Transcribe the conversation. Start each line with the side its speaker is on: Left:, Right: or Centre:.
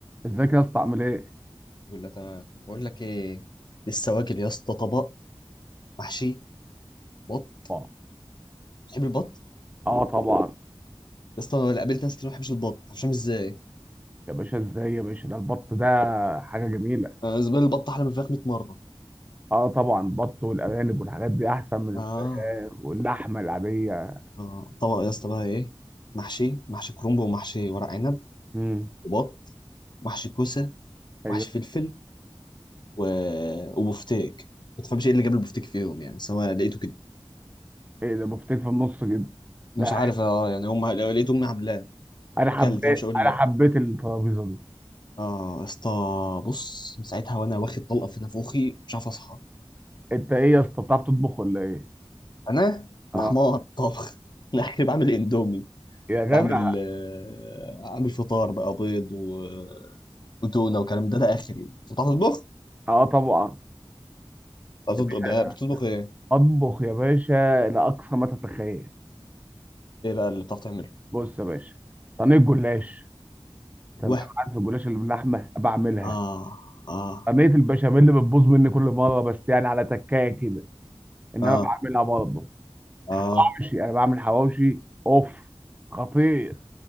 Right: ازيك يا اسطى عامل ايه؟
Left: الحمد لله تمام بقول لك ايه لسه واكل يا اسطى طبق محشي بط
Right: اه
Left: تحب البط
Right: آه طبعا
Left: يا اسطى أنا قابلت ناس كتير ما بتحبش البط مش فاهم ازاي
Right: يا باشا ازاي يا باشا ده البط ده حاجه جميله
Left: أنا بالنسبه لي البط احلى من الفراخ 100 مره
Right: اه طبعا البط والارانب والحاجات دي احسن من
Left: اه
Right: الفراخ واللحمه العاديه
Left: اه طبق يا اسطى بقى ايه محشي محشي كرنب ومحشي ورق عنب
Right: امم
Left: وبط محشي كوسه
Right: ايوه
Left: محشي فلفل و... وبفتيك ما تفهمش ايه اللي جاب البفتيك فيهم يعني بس هو لقيته كده
Right: ايه ده بفتيك في النص كده
Left: مش
Right: لا
Left: عارف اه يعني هم لو لقيت امي عاملاه
Right: انا حبيت
Left: اكلت يعني مش هقول
Right: انا
Left: لا
Right: حبيت الترابيزه دي
Left: اه يا اسطى بص من ساعتها وانا واخد طلقه في نافوخي مش عارف اصحى
Right: انت ايه يا اسطى بتعرف تطبخ ولا ايه؟
Left: انا
Right: اه
Left: انا حمار طبخ <laughs> لا انا بعمل اندومي
Right: يا جدع
Left: بعمل آه، اعمل فطار بقى بيض و... وتونه وكلام ده ده اخري انت بتعرف تطبخ؟
Right: اه طبعا
Left: بتعرف
Right: يا
Left: تطبخ
Right: باشا
Left: ده- بتطبخ ايه؟
Right: اطبخ يا باشا لاقصى ما تتخيل
Left: ايه بقى اللي بتعرف تعمله؟
Right: بص يا باشا صينيه جلاش
Left: ايوه
Right: تمام عارف الجلاش اللي باللحمه بعملها
Left: اه اه
Right: صينيه البشاميل اللي بتبوظ مني كل مره بس يعني على تكايه كده انما
Left: اه
Right: بعملها برضه
Left: اه
Right: حواوشي انا بعمل حواوشي اوف خطير